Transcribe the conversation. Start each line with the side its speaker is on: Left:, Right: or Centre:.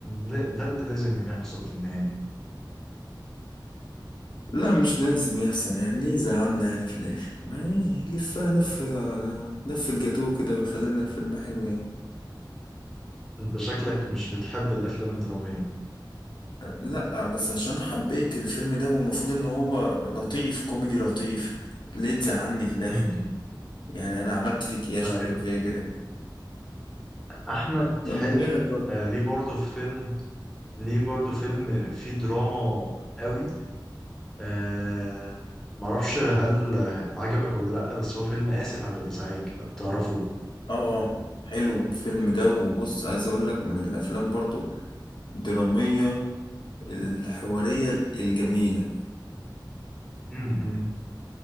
Centre: ل- ده اللي لازم يحصل في النهاية
Left: لا مش لازم يحصل يعني ليه زعلنا يعني في الآخر ما يلفها لفة آه، لفة جاتوه كده ويخلينا الفيلم حلو يعني
Centre: انت شكلك مش بتحب الأفلام الدرامية
Left: لا بس عشان حبيت الفيلم ده والمفروض ان هو لطيف كوميدي لطيف ليه تزعلني في الاخر
Centre: م- م.
Left: يعني انا عملت فيك ايه عشان
Centre: طيب
Left: تعمل فيا كده
Centre: أحمد
Left: ده
Centre: حلمي
Left: مشاهد برضه
Centre: آه، ليه برضه فيلم ليه برضو فيلم فيه دراما قوي آه معرفش هل عجبك ولا لأ بس هو فيلم آسف على الإزعاج لو تعرفه
Left: اه حلو الفيلم ده وبص عايز اقول لك من الافلام برضو الدرامية الحوارية الجميلة
Centre: م-م.